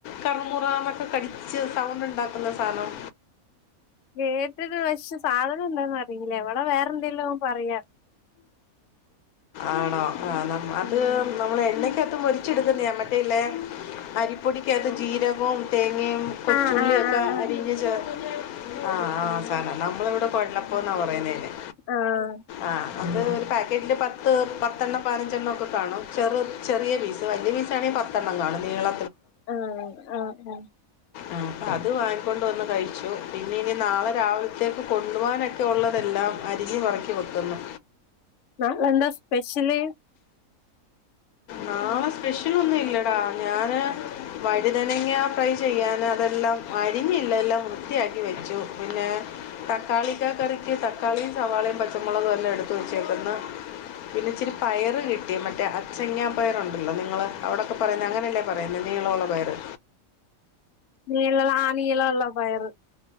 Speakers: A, on the left (about 85°); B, on the left (about 65°).
A: കറു മുറന്നൊക്കെ കടിച്ച് സൗണ്ട് ഉണ്ടാക്കുന്ന സാധനം
B: കേട്ടട്ടുണ്ട് പക്ഷെ സാധനം എന്താന്ന് അറിയില്ല എവിടെ വേറെ എന്തെലോ പറയാ
A: ആണോ ആ നാം അത്
B: ഉം
A: നമ്മള് എണ്ണക്കത് ട്ട് മൊരിച്ചെടുക്കുന്നയാ മറ്റേ ഇല്ലേ അരിപ്പൊടിക്കകത്ത് ജീരകവും തേങ്ങയും കൊച്ചുള്ളിയൊക്
B: ആഹ് ആഹ്
A: ക്കെ
B: ആഹ്
A: അരിഞ്ഞു ചേർത് ആഹ് ആഹ് സാനം നമ്മളിവിടെ കൊഴലപ്പം എന്നാ പറയുന്നേ അതിന്
B: ആഹ്
A: ആഹ് അത് ഒരു പാക്കറ്റിൽ പത്ത് പത്തെണ്ണം പതിനഞ്ചെണ്ണം ഒക്കെ കാണും ചെറു ചെറിയ പീസ് വലിയപീസ് ആണെങ്കി പത് ത്തെണ്ണം കാണും നീള
B: ആഹ് ആഹ് ഉം
A: ആഹ് അപ്പം അത് വാങ്ങികൊണ്ടു വന്ന് കഴിച്ചു പിന്നെ ഇനി നാളെ രാവിലത്തേക്ക് കൊണ്ടുപോകാൻ എ ക്കെ ഒള്ളതെല്ലാം അരിഞ്ഞു പെറക്കി വെക്കുന്നു
B: നാളെ എന്താ സ്പെഷ്യല്
A: നാളെ സ്പെഷ്യൽ ഒന്നും ഇല്ലടാ ഞാന് വഴുതനങ്ങ ഫ്രൈ ചെയ്യാന് അതെല്ലാം അരിഞ്ഞില്ല എല്ലാം വൃത്തിയാക്കി വെച്ചു പിന്നേ തക്കാളിക്ക കറിക്ക് തക്കാളിയും സവാളയും പച്ചമുളകും എല്ലാം എടുത്ത് വെച്ചേക്കുന്ന് പിന്നെ ഇച്ചിരി പയറ് കിട്ടി മറ്റേ അ ചെങ്ങാ പയറുണ്ടല്ലോ നിങ്ങൾ അവിടൊക്കെ പറയുന്ന അങ്ങനെയല്ലേ പറയുന്നത് നീളമുള്ള പയറ്
B: നീള ആ നീള വുള്ള പയറ്